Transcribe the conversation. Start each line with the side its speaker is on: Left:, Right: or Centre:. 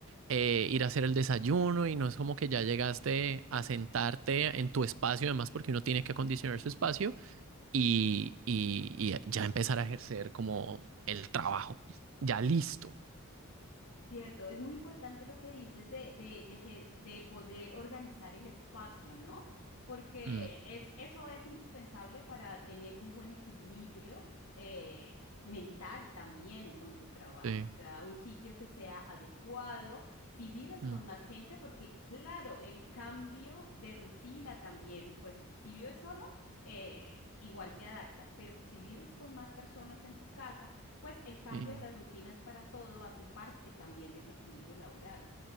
Right: eh, ir a hacer el desayuno y no es como que ya llegaste a sentarte en tu espacio, además porque uno tiene que acondicionar
Left: sí.
Right: su espacio y, y- y ya empezar a ejercer como el trabajo, ya listo.
Left: Cierto, es muy importante lo que dices de, de, de, ge- de poder organizar el espacio, ¿no? Porque
Right: Mm,
Left: es, eso es indispensable para tener un buen equilibrio eh, mental también con tu trabajo.
Right: sí,
Left: O sea, un sitio que sea adecuado, si vives
Right: mm,
Left: con más gente, porque claro, el cambio de rutina también, pues si vives solo, eh, igual te adaptas, pero si vives con más personas en tu casa, pues el cambio
Right: sí.
Left: de las rutinas para todo hace parte también de ese equilibrio laboral.